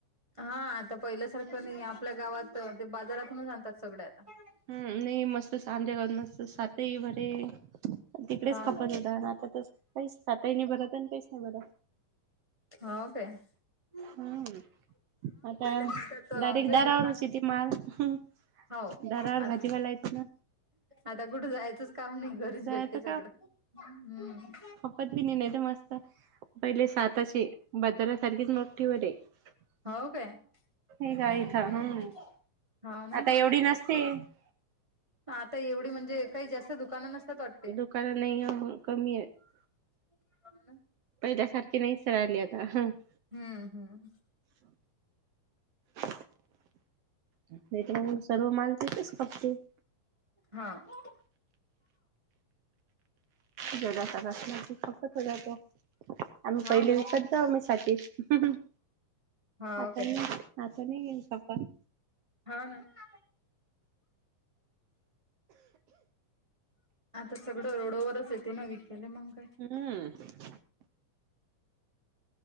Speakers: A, on the right (about 35°); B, on the right (about 75°).
A: हा आता पहिल्यासारखं नाही आपल्या गावात ते बाजारातूनच आणतात सगळ आता <unintelligible>
B: हम नाही मस्त सांध्या करन मस्त सातही बर <unintelligible> तिकडेच
A: हा
B: खपत
A: ना
B: होत आणि आता त काहीच आातही नाही भरत आणि काहीच नाही भरत <unintelligible>
A: होा काे <unintelligible>
B: हम्म आता
A: म्हणतात
B: दारीक
A: लय
B: दारावरच
A: दुकान
B: ती माल <unintelligible>
A: हो
B: दारावर
A: आ
B: भाजीपाला येत ना
A: आता कुठे जायचंच काम नाही <unintelligible> घरीच
B: जायचं
A: भेटते सगळं हम्म <unintelligible>
B: त बी नाही मस्त पहिले सातश बाजार सारखीच मोठीवर आहे <unintelligible>
A: हो काय <unintelligible>
B: हे का इथं हम्म
A: ना
B: आता एवढी नसते <unintelligible>
A: आता एवढी म्हणजे काही जास्त दुकानं नसतात वाटत <unintelligible>
B: दुकान नाही कमी आहे <unintelligible>
A: ह <unintelligible>
B: पहिल्यासारखी नाही स आली आता ह <unintelligible>
A: हम्म हम् <unintelligible>
B: अ <unintelligible> नाही तर सर्व माल तेतच खपते <unintelligible>
A: हा <unintelligible>
B: जग <unintelligible> थोड आम्ही
A: हो
B: पहिली
A: ना
B: वखत जाऊ मी सााती <unintelligible>
A: हो
B: आता
A: काय
B: नाही आता नाही कप <unintelligible>
A: हा ना <unintelligible> आता सगळं रोडोवरच येते ना विकले मग काय <unintelligible>
B: हम् <unintelligible>